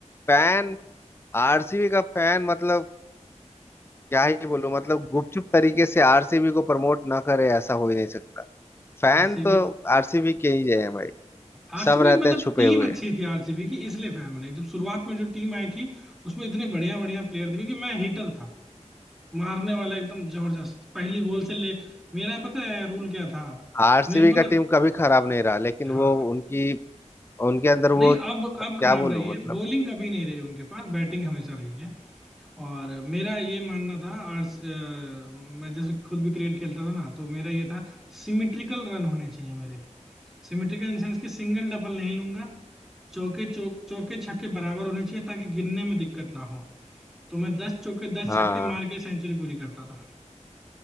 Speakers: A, on the left; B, in the centre.
A: फैन आरसीबी का फैन मतलब क्या ही बोलूं मतलब गुपचुप तरीके से आरसीबी को प्रमोट ना करे ऐसा हो ही नहीं सकता फैन
B: आरसीबी
A: तो आरसीबी के ही हैं भाई
B: आरसीबी
A: सब रहते
B: मतलब
A: हैं छुपे
B: टीम
A: हुए
B: अच्छी थी आरसीबी की इसलिए फैन बने जब शुरुआत में जो टीम आई थी उसमें इतने बढ़िया बढ़िया प्लेयर थे क्योंकि मैं हिटर था मारने वाला एकदम जबरदस्त पहली बॉल से ले मेरा पता है रूल क्या था
A: आरसीबी
B: मेरे को
A: का
B: ना
A: टीम कभी खराब नहीं रहा लेकिन
B: हाँ
A: वो उनकी उनके अंदर
B: नहीं
A: वो
B: अब
A: क्या
B: अब खराब
A: बोलूं
B: रही है
A: मतलब
B: बॉलिंग कभी नहीं रही उनके पास बैटिंग हमेशा रही है और मेरा ये मानना था और मैं जैसे खुद भी क्रिकेट खेलता था ना तो मेरा ये था सिमिट्रिकल रन होने चाहिए मेरे सिमिट्रिकल इन सेंस कि सिंगल डबल नहीं लूंगा चौके चौक चौके छक्के बराबर होने चाहिए ताकि गिनने में दिक्कत ना हो तो मैं दस चौके दस
A: हाँ
B: छक्के मार के सेंचुरी पूरी करता था